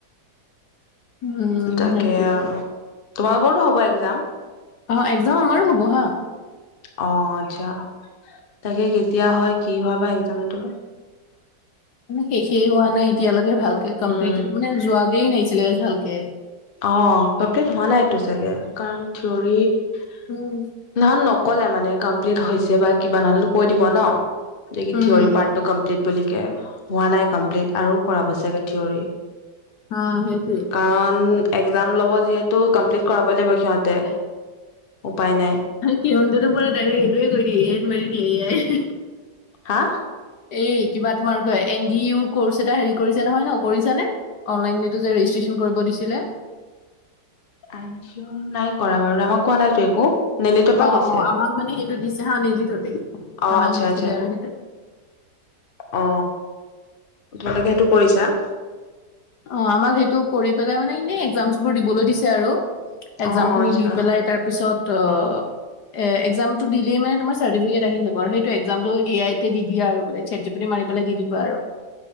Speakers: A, on the left (about 65°); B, on the left (about 35°).
A: উম
B: তাকে
A: সেইটোৱে
B: আৰু, তোমালোকৰটো হ'ব একজাম।
A: অ একজাম আমাৰো হ'ব হা।
B: অ, আচ্ছা। তাকে কেতিয়া হয়, কি হয় বা এক্জামটো।
A: শেষেই হোৱা নাই এতিয়ালৈকে ভালকে। কমপ্লিট
B: উম
A: মানে যোৱাগেই নাই ছিলে ভালকে।
B: অ, কমপ্লিট হোৱা নাইটো চাগে, কাৰণ থিউৰিত
A: উম
B: নহল নকলে মানে কমপ্লিট হৈছে বা কিবা। নহলেটো কৈ দিব ন? এতিয়া কি
A: উম
B: থিয়ৰী পাৰ্টটো কমপ্লিট বুলিকে হোৱা নাই কমপ্লিট আৰু কৰাব চাগে থিয়ৰী।
A: অ সেইটোৱে।
B: কাৰণ একজম লব যিহেতু, কমপ্লিট কৰাব লাগিব সিহঁতে, উপায় নাই।
A: সিহঁনতেটো পুৰা ডাইৰেক্ট সেইটোৱে কৰি দিয়ে, ৰেট মাৰি দিয়ে, এয়াই।
B: হা?
A: এই কিবা তোমাৰ কয় এন ডি ইউৰ কৰ্চ এটা হেৰি কৰিছে নহয় ন? কৰিছ নে? অনলাইন এইটো যে ৰেজিষ্ট্ৰেশ্যন কৰিব দিছিলে?
B: আনচিয়ৰ, নাই কৰা বাৰু আমাক কোৱা নাইটো একো? নেলিতৰ পৰা
A: অ
B: কৈছে
A: অ, আমাক মানে সেইটো দিছে হা নিলিটোতেই।
B: অ
A: আমাক
B: আচ্ছা
A: দিছিলে
B: আচ্ছা
A: আৰু সেইটো।
B: অ। তোমালোকে সেইটো কৰিছা?
A: অ আমাক সেইটো কৰি পেলাই মানে এনেই এক্জামছ বোৰ দিবলৈ দিছে আৰু একজাম
B: অ অ
A: খিনি
B: আচ্ছা
A: দি পেলাই তাৰপিছত অ এ এক্জাম টো দিলেই মানে তোমাৰটিফিকেট আহি যাব আৰু সেইটো এক্জামটো এ আই টে দি দিয়া আৰু বোলে। চে টোপনী মাৰিবলে দি দিবা আৰু।